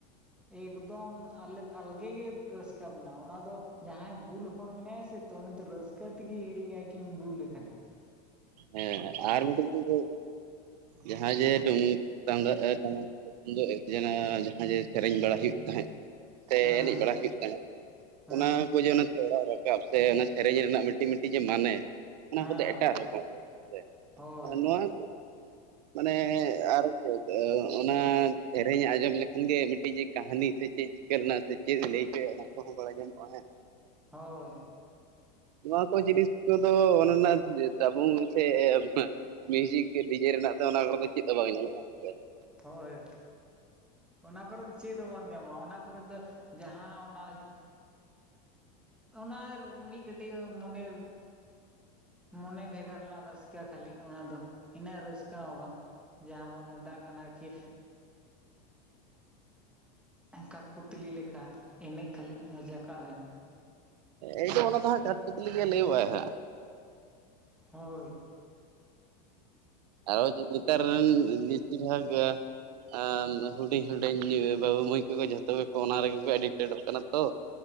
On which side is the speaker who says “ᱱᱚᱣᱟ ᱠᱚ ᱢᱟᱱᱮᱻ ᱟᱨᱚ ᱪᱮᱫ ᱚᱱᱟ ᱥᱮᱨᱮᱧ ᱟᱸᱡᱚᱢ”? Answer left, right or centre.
Right